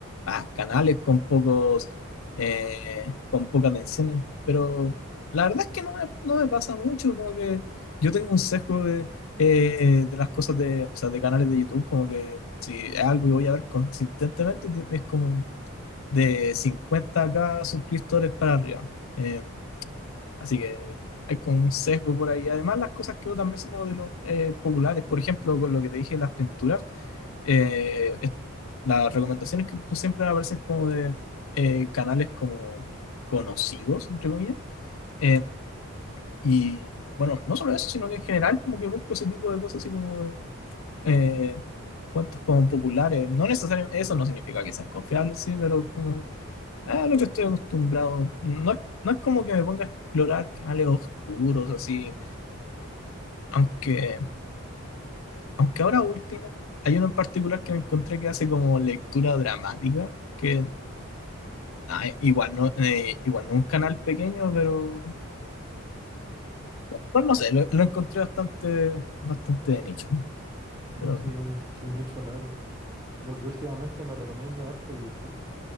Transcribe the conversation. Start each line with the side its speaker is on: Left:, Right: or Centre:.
Left: ah, canales con pocos, eh, con pocas menciones, pero la verdad es que no me, no me pasa mucho, como que yo tengo un sesgo de, eh, de las cosas de, o sea, de canales de YouTube, como que si es algo que voy a ver consistentemente, es como de cincuenta k suscriptores para arriba. eh, Así que hay como un sesgo por ahí. Además, las cosas que también son como de los eh, populares. Por ejemplo, con lo que te dije, las pinturas, eh, es- las recomendaciones que busco siempre me aparecen como de eh, canales como conocidos, entre comillas. Eh, y bueno, no solo eso, sino que en general como que busco ese tipo de cosas así como eh, cuentos como populares. No necesariamente, eso no significa que sean confiables, sí, pero como ah, lo que estoy acostumbrado. No, no es como que me ponga a explorar canales oscuros, así. Aunque, aunque ahora último, hay uno en particular que me encontré que hace como lectura dramática, que ah, igual no, eh, igual no un canal pequeño, pero pues no sé, lo, lo encontré bastante, bastante de nicho.
Right: Eh,
Left: Pero
Right: Sí, un, un nicho raro. Lo que últimamente me recomienda harto YouTube